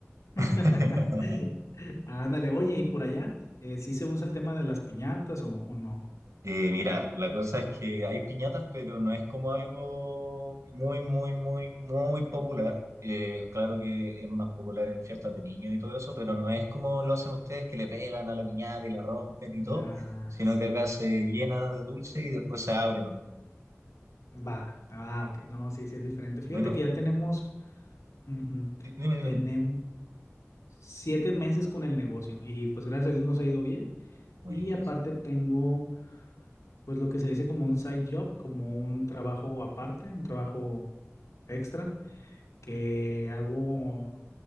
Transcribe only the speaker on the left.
<laughs>
Ándale, oye, ¿y por allá? eh, ¿sí se usa el tema de las piñatas o, o no?
Ah,
sí.
Va. Ah, ok. No, sí, sí es diferente. Fíjate
que ya tenemos, ujú,
tenemos siete meses con el negocio y pues gracias a Dios nos ha ido bien.
Y aparte tengo pues lo que se dice como un side job, como un trabajo aparte, un trabajo extra que hago